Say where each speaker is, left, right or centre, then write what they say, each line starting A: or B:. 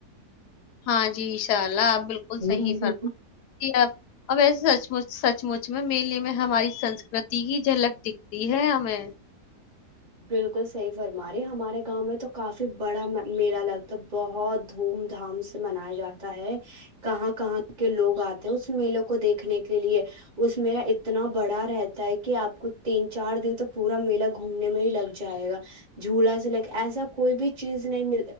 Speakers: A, on the left; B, on the right.
A: ہاں جی ان شاء اللہ آپ بالکل صحیح
B: ہے بالکل
A: سر ج آپ اب ایسے سچچ سچمچ میں مین لیے ہم ہماری سنسکرتی کی جھلک دکھتی ہے ہمیں
B: بالکل صحیح فرما رہے ہمارے گاؤں میں تو کافی بڑا میلہ لگتا بہت دھوم دھام سے منایا جاتا ہے کہاں کہاں کے لوگ آتے ہیں اس میلے کو دیکھنے کے لیے اس میلہ اتنا بڑا رہتا ہے کہ آپ کو تین چار دن تو پورا میلا گھوم نے میں ہی لگ جائے گا جھولا سے لگ ایسا کوئی بھی چیز نہیں